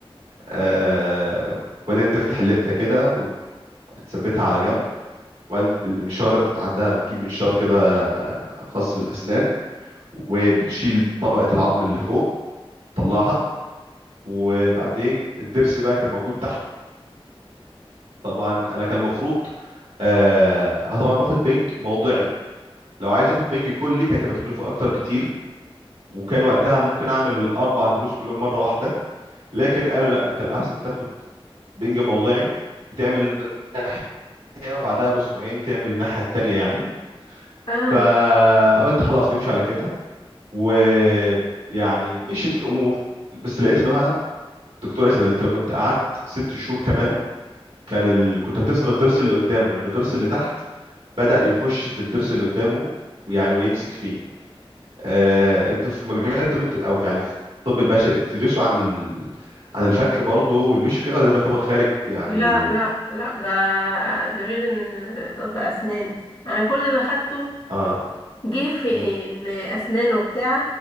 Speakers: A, on the right; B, on the left.
A: آه وبعدين تفتح اللفه كده وتثبتها على جنب وبعدين المنشار عندها بتجيب منشار كده آه، خاص بالاسنان وبتشيل طبقه العظم اللي فوق تطلعها وبعدين الضرس بقى كان موجود تحت طبعا انا كان المفروض آه أنا طبعا باخد بنج موضعي لو عايز اخد بنج كلي كانت هتبقى تكلفه اكتر كتير وكان وقتها ممكن اعمل الاربع دروس كلهم مره واحده لكن قالوا لا انت الاحسن تاخد بنج موضعي وتعمل ناحيه وبعدها باسبوعين تعمل الناحيه التانيه يعني
B: اه
A: فقلت خلاص نمشي على كده ويعني مشيت الامور بس لقيت ان هو الدكتوره قالت لي انت لو كنت قعدت ست شهور كمان كان ال... كنت هتخسر الضرس اللي قدامه لان الضرس اللي تحت بدأ يخش في الضرس اللي قدامه ويعني ويمسك فيه آه، انتوا في مجال الطب انت- او في- يعني في الطب البشري بتدرسوا عن ال... عن الفك برضه والوش وكده ولا ده بيعتبر خارج يعني
B: لا
A: ال...
B: لا لا ده ديفيجن طب اسنان انا كل اللي خدته
A: اه
B: جه في
A: مم.
B: إن اسنان وبتاع